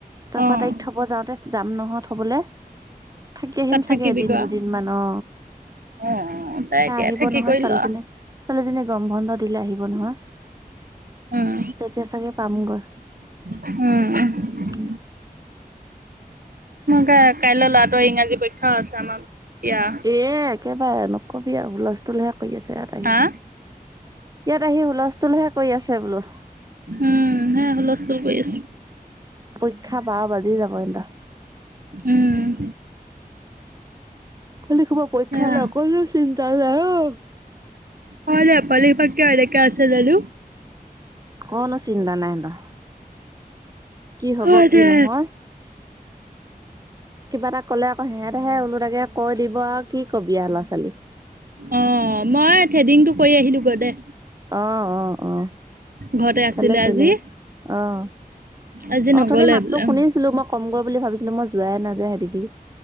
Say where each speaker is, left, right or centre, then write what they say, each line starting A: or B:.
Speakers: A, on the right; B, on the right.
A: তাপা
B: অ',
A: তাইক থব যাওঁতে যাম নহয় থবলৈ থাকি আহিম
B: তাত
A: চাগে
B: থাকিবিগৈ
A: এদিন দুদিন
B: আও।
A: মান অ
B: অ', তই
A: তাই
B: এতিয়া
A: আহিব
B: থাকি
A: নহয়
B: কৰি
A: ছোৱালীজনী
B: ল'
A: ছোৱালীজনী গৰম বন্ধ দিলে আহিব নহয়
B: উম,
A: তেতিয়া চাগে পামগৈ
B: উম
A: উম
B: কাইলৈ ল'ৰাটোৰ ইংৰাজী পৰীক্ষাও আছে আমাৰ এয়া
A: এ একেবাৰে নকবি আৰু হুলস্তূল হে কৰি আছে ইয়াত আহি
B: হা
A: ইয়াত আহি বোলা হুলস্তূলহে কৰি আছে বোলো
B: উম সে কৰি আছো
A: পৰীক্ষা বাৰ বাজি যাব এ
B: উম
A: লৰা ছোৱালীবোৰ পৰীক্ষালৈ
B: সেয়া
A: অকনমানো চিন্তা নাই অ
B: হয় দে পোৱালিসোপা কিয় এনেকে আছে জানো
A: অকনো চিন্তা নাই এহেতৰ কি হব
B: হয়
A: কি
B: দে
A: নহয় কিবা এটা ক'লে আকৌ সিহঁতেহে ওলো তাকে কৈ দিব আৰু কি কবি আৰু ল'ৰা ছোৱালী
B: অ মই থ্ৰেডিং টো কৰি আহিলো গৈ দে
A: আহ অ অ
B: ঘৰতে আছিলে
A: ভালে কৰিলি
B: আজি
A: দে আহ
B: আজি নগলে
A: অথনি মাততো
B: বোলে
A: শুনিছিলো মই কম গৈ বুলি ভাবিছিলো মই যোৱাই নাযায় হেদিকি